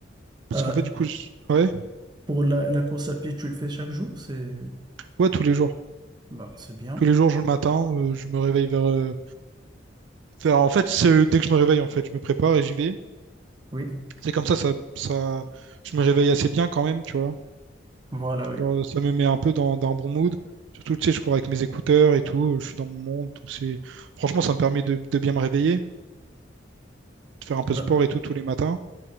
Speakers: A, on the right; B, on the right.
A: parce
B: Euh,
A: qu'en fait, du coup, je- ouais,
B: pour la, la course à pied, tu le fais chaque jour? C'est
A: ouais, tous les jours.
B: bah, c'est bien.
A: Tous les jours, je le matin, euh, je me réveille vers, euh, vers- En fait, c'est dès que je me réveille, en fait, je me prépare et j'y vais.
B: Oui,
A: C'est comme ça, ça, ça, je me réveille assez bien quand même, tu vois.
B: voilà, oui.
A: Genre, ça me met un peu dans, dans un bon mood. Surtout, tu sais, je cours avec mes écouteurs et tout, euh, je suis dans mon monde. Donc c'est... Franchement, ça me permet de, de bien me réveiller, de faire un peu
B: Bah.
A: de sport et tout tous les matins.